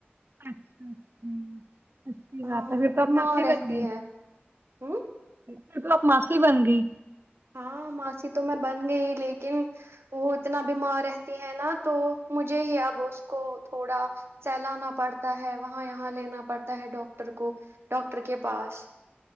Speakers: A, on the right; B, on the right.
A: اچھا اچھا اچھی
B: ہاں
A: بات ہے
B: وہ
A: پھر تو
B: بیمار
A: اب ماسی
B: رہتی
A: بن گئی
B: ہے ہ
A: پھر تو آپ ماسلی بن گئی
B: ہاں ماسی تو میں بن گئی لیکن وہ اتنا بیمار رہتی ہے نا تو مجھے ہی اب اس کو تھوڑا سہلانا پڑتا ہے وہاں یہاں لینا پڑتا ہے ڈاکٹر کو ڈاکٹر کے پاس